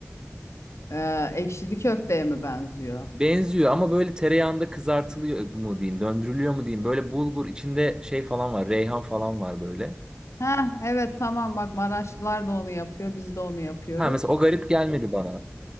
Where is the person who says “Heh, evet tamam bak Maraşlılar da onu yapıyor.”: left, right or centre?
Left